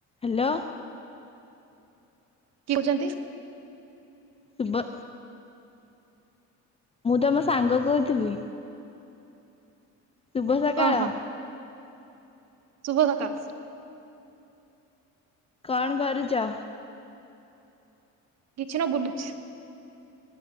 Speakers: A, on the left; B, on the right.
A: Hello
B: କିଏ କଉଛନ୍ତି।
A: ସୁବା ମୁଁ ତମ ସାଙ୍ଗ କହୁଥିଲି। ଶୁଭ ସକାଳ।
B: ଓହୋ ଶୁଭ ସକାଳ।
A: କଣ କରୁଚ?
B: କିଛି ନ ବୁଲୁଛି।